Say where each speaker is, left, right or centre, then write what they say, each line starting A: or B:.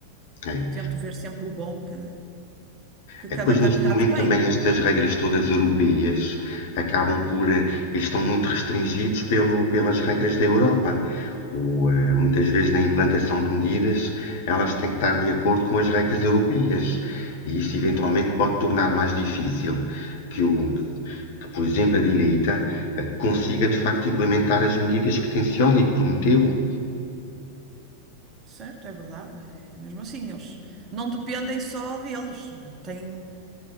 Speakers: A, on the left; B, on the right.
A: é.
B: tento ver sempre o bom que, que
A: É, Depois,
B: cada
A: neste
B: candidato
A: momento, também
B: tem.
A: estas regras todas europeias acabam por. eh, estão muito restringidos pelo, pelas regras da Europa. O, eh, muitas vezes, na implantação de medidas, elas têm que estar de acordo com as regras europeias. E isso, eventualmente,
B: Verdade.
A: pode tornar mais difícil que, o, que por exemplo, a direita eh, consiga, de facto, implementar as medidas que tenciona e que prometeu.
B: Certo, é verdade. É mesmo assim, eles não dependem só deles. Têm,